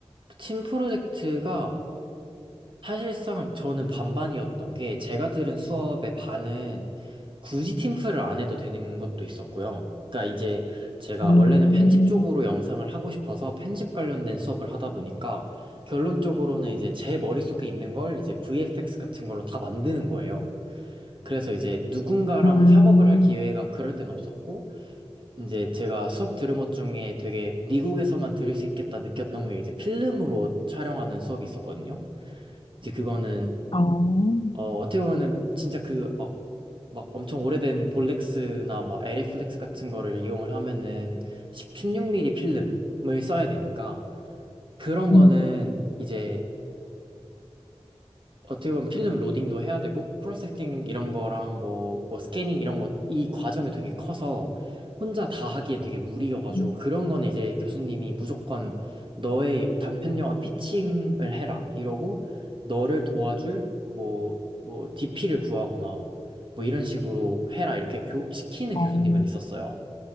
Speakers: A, on the right (about 50°); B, on the left (about 50°).
A: 팀 프로젝트가 사실상 저는 반반이었던 게, 제가 들은 수업의 반은 굳이 팀플을 안 해도 되는 것도 있었고요. 그러니까 이제 제가
B: 음,
A: 원래는 편집 쪽으로 영상을 하고 싶어서 편집 관련된 수업을 하다 보니까 결론적으로는 이제 제 머릿속에 있는 걸 이제 VFX 같은 걸로 다 만드는 거예요. 그래서 이제 누군가랑
B: 음,
A: 협업을 할 기회가 그럴 땐 없었고, 이제 제가 수업 들은 것 중에 되게 미국에서만 들을 수 있겠다 느꼈던 게 이제 필름으로 촬영하는 수업이 있었거든요. 이제 그거는
B: 어,
A: 어, 어떻게 보면은 진짜 그 막 막 엄청 오래된 볼렉스나 막 에리플렉스 같은 거를 이용을 하면은 16mm 필름을 써야 되니까 그런 거는
B: 음,
A: 이제 어떻게 보면 필름 로딩도 해야 되고 프로세싱 이런 거랑 뭐, 뭐 스캐닝 이런 거 이 과정이 되게 커서 혼자 다 하기엔 되게 무리여가지고
B: 음,
A: 그런 거는 이제 교수님이 무조건 너의 단편 영화 피칭을 해라 이러고 너를 도와줄 뭐 뭐 DP를 구하거나 뭐 이런 식으로 해라 이렇게 교, 시키는
B: 어,
A: 교수님은 있었어요.